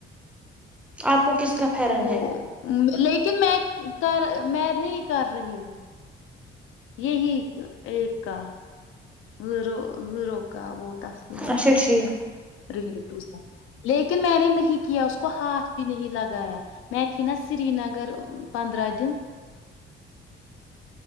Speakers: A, in the centre; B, on the left (about 75°).
A: آپ کو کس کا فرن
B: وہ
A: ہے
B: لیکن میں کر میں نہیں کر رہی ہوں یہی ایک کا زرو زیرو کا وہ تسلیمہ
A: اچھا
B: کی
A: ٹھیک
B: ریلیٹو سے لیکن میں نے نہیں کیا اس کو ہاتھ بھی نہیں لگایا میت نا سری نگر پندرہ دن